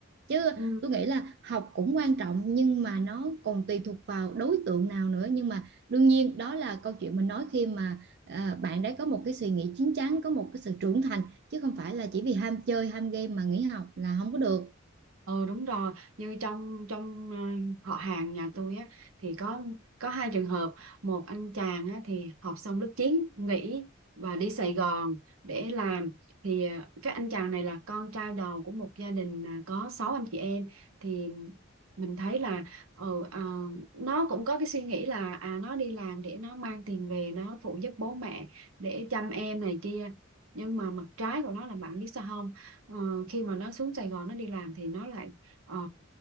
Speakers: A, on the right; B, on the right.
A: chứ
B: ừ
A: tôi nghĩ là học cũng quan trọng nhưng mà nó còn tùy thuộc vào đối tượng nào nữa nhưng mà đương nhiên đó là câu chuyện mình nói khi mà ờ, bạn đấy có một cái suy nghĩ chín chắn có một cái sự trưởng thành chứ không phải là chỉ vì ham chơi ham game mà nghỉ học là không có được
B: ừ đúng rồi như trong trong ờ, họ hàng nhà tôi á thì có có hai trường hợp một anh chàng á thì học xong lớp 9 nghỉ và đi Sài Gòn để làm thì ờ, cái anh chàng này là con trai đầu của một gia đình à, có 6 anh chị em thì mình thấy là ừ, ờ, nó cũng có cái suy nghĩ là à nó đi làm để nó mang tiền về nó phụ giúp bố mẹ để chăm em này kia nhưng mà mặt trái của nó là bạn biết sao không ờ, khi mà nó xuống Sài Gòn nó đi làm thì nó lại ờ,